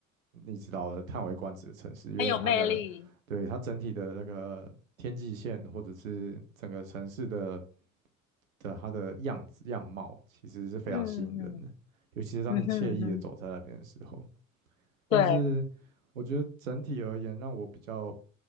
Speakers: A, on the right; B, on the left.
A: 你知道的叹为观止的城市，因为它的对它整体的那个天际线或者是整个城市的
B: 很有魅力。
A: 的它的样子样貌，其实是非常吸引人的，
B: 嗯嗯
A: 尤其是当你惬意的走在那边的时候。
B: 嗯哼嗯哼，
A: 但是我觉得整体而言，
B: 对，
A: 让我比较